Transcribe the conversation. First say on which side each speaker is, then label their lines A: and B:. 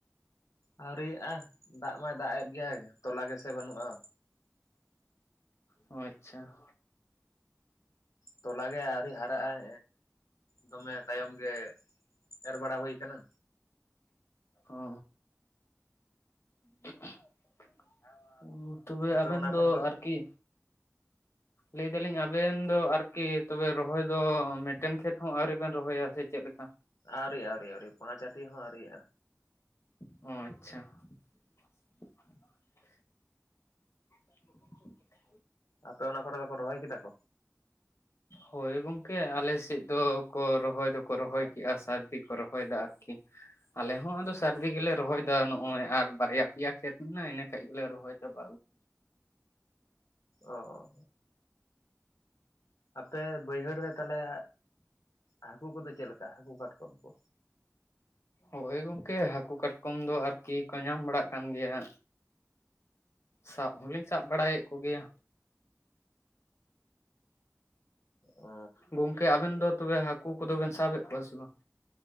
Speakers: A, on the left; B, on the left.
A: ᱟᱹᱣᱨᱤᱭᱟᱜᱼᱟ ᱫᱟᱜ ᱢᱟᱭ ᱫᱟᱜ ᱮᱫ ᱜᱮ ᱛᱚᱞᱟ ᱜᱮᱥᱮ ᱵᱟᱹᱱᱩᱜᱼᱟ᱾
B: ᱚ ᱟᱪᱪᱷᱟ᱾
A: ᱛᱚᱞᱟᱜᱮ ᱟᱹᱣᱨᱤ ᱦᱟᱨᱟᱜ ᱟᱭ ᱫᱚᱢᱮ ᱛᱟᱭᱚᱢ ᱜᱮ ᱮᱨ ᱵᱟᱲᱟ ᱦᱩᱭ ᱟᱠᱟᱱᱟ᱾
B: ᱚ <unintelligible> ᱛᱚᱵᱮ
A: ᱟᱯᱮ
B: ᱟᱵᱮᱱ
A: ᱚᱱᱟ
B: ᱫᱚ
A: ᱠᱚᱨᱮ
B: ᱟᱨᱠᱤ ᱞᱟᱹᱭᱫᱟᱞᱤᱧ ᱟᱵᱮᱱ ᱫᱚ ᱟᱨᱠᱤ ᱛᱚᱵᱮ ᱨᱚᱦᱚᱭ ᱫᱚ ᱢᱤᱫᱴᱮᱱ ᱠᱷᱮᱛ ᱦᱚᱸ ᱟᱹᱣᱨᱤ ᱵᱮᱱ ᱨᱚᱦᱚᱭᱟ ᱥᱮ ᱪᱮᱫᱞᱠᱟ?
A: ᱟᱹᱣᱨᱤ ᱟᱹᱣᱨᱤ ᱟᱹᱣᱨᱤ ᱯᱟᱸᱪ ᱟᱹᱴᱤ ᱦᱚᱸ ᱟ. ᱣᱨᱤᱭᱟᱜ-ᱟ᱾
B: ᱚ ᱟᱪᱪᱷᱟ᱾ <inaudible> <inaudible>
A: ᱟᱯᱮ ᱚᱱᱟᱠᱚᱨᱮ ᱠᱚ ᱨᱚᱦᱚᱭ ᱠᱮᱫᱟ ᱠᱚ?
B: ᱦᱳᱭ ᱜᱚᱝᱠᱮ ᱟᱞᱮ ᱥᱮᱫ ᱫᱚᱠᱚ ᱨᱚᱦᱚᱭ ᱫᱚᱠᱚ ᱨᱚᱦᱚᱭ ᱠᱮᱫᱼᱟ ᱥᱟᱹᱨᱫᱤ ᱠᱚ ᱨᱚᱦᱚᱭᱮᱫᱟ ᱟᱨᱠᱤ᱾ ᱟᱞᱮ ᱦᱚᱸ ᱟᱫᱚ ᱥᱟᱹᱨᱫᱤ ᱜᱮᱞᱮ ᱨᱚᱦᱚᱭᱮᱫᱟ ᱱᱚᱜᱼᱚᱭ ᱟᱨ ᱵᱟᱨᱭᱟ ᱯᱮᱭᱟ ᱠᱷᱮᱛ ᱢᱮᱱᱟᱜᱼᱟ ᱤᱱᱟᱹ ᱠᱷᱟᱱ ᱜᱮᱞᱮ ᱨᱚᱦᱚᱭ <unintelligible>
A: ᱚ ᱚ ᱾ ᱟᱯᱮ ᱵᱟᱹᱭᱦᱟᱹᱲ ᱨᱮ ᱛᱟᱞᱦᱮ ᱦᱟᱹᱠᱩ ᱠᱚᱫᱚ ᱪᱮᱫᱞᱮᱠᱟ ᱦᱟᱹᱠᱩ ᱠᱟᱴᱠᱚᱢ ᱠᱚ?
B: ᱦᱳᱭ ᱜᱚᱝᱠᱮ ᱦᱟᱹᱠᱩ ᱠᱟᱴᱠᱚᱢ ᱫᱚ ᱟᱨᱠᱤ ᱠᱚ ᱧᱟᱢ ᱵᱟᱲᱟᱜ ᱠᱟᱱ ᱜᱮᱭᱟ᱾ ᱥᱟᱵ ᱦᱚᱞᱤᱧ ᱥᱟᱵ ᱵᱟᱲᱟᱭᱮᱫ ᱠᱚᱜᱮᱭᱟ᱾
A: ᱚ
B: ᱜᱚᱝᱠᱮ ᱟᱵᱮᱱ ᱫᱚ ᱛᱚᱵᱮ ᱦᱟᱹᱠᱩ ᱠᱚᱫᱚ ᱵᱮᱱ ᱥᱟᱵᱮᱫ ᱠᱚᱣᱟ ᱥᱮ ᱵᱟᱝ?